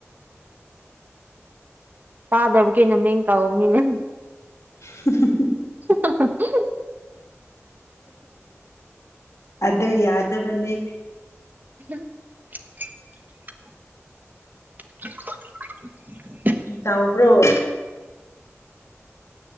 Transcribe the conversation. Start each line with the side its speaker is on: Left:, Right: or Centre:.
Right: ꯇꯥꯗꯕꯀꯤꯅꯦ ꯅꯃꯤꯡ ꯀꯧꯕꯅꯤꯅꯦ
Left: <unintelligible>
Right: <unintelligible>
Left: ꯑꯗꯣ ꯌꯥꯗꯕꯅꯦ
Right: <unintelligible> <inaudible>
Left: ꯇꯥꯎꯈ꯭ꯔꯣ